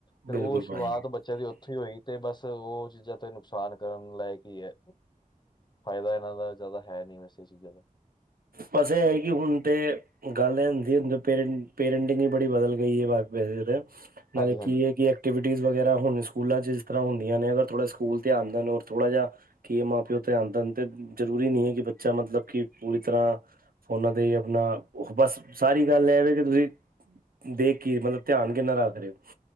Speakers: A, on the left; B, on the right.
A: ਫੇਰ
B: ਬਿਲਕੁਲ
A: ਓ ਸ਼ੁਰੂਆਤ
B: ਭਾਜੀ
A: ਬੱਚਿਆਂ ਦੀ ਓਥੋਂ ਹੀ ਹੋਈ। ਤੇ ਬਸ ਓ ਚੀਜ਼ਾਂ ਤੇ ਨੁਕਸਾਨ ਕਰਨ ਲਾਇਕ ਈ ਐ। ਫਾਇਦਾ ਏਨਾਂ ਦਾ ਜਾਦਾ ਹੈਨੀ ਵੈਸੇ ਏ ਚੀਜ਼ਾਂ ਦੇ।
B: ਬਸ ਐ ਹੈ ਕੀ ਹੁਣ ਤੇ ਗੱਲ ਐ ਹੁੰਦੀ ਪੇਰੇਂਟ ਪੇਰੈਂਟਿੰਗ ਈ ਬੜੀ ਬਦਲ ਗਈ <unintelligible> ਨਾਲੇ
A: ਹਾਂਜੀ-ਹਾਂਜੀ,
B: ਕੀ ਇਹ ਹੈ ਕੀ। ਐਕਟੀਵਿਟੀਜ ਵਗੈਰਾ ਹੁਣ ਸਕੂਲਾਂ ਚ ਜਿਸ ਤਰ੍ਹਾਂ ਹੁੰਦੀਆਂ ਨੇ ਅਗਰ ਥੋੜ੍ਹਾ ਸਕੂਲ ਧਿਆਨ ਦੇਣ ਔਰ ਥੋੜ੍ਹਾ ਜਿਹਾ। ਕਿ ਇਹ ਮਾਂ ਪਿਓ ਧਿਆਨ ਦੇਣ ਤੇ ਜਰੂਰੀ ਨੀ ਹੈ, ਕਿ ਬੱਚਾ ਮਤਲਬ ਕਿ ਪੂਰੀ। ਤਰ੍ਹਾਂ ਫੋਨਾਂ ਤੇ ਆਪਣਾ ਉਹ ਬਸ ਸਾਰੀ ਗੱਲ ਇਹਵੇ ਕਿ ਤੁਸੀਂ। ਦੇਖ ਕੀ ਮਤਲਬ ਧਿਆਨ, ਕਿੰਨਾ ਰੱਖ ਰਹੇ ਹੋ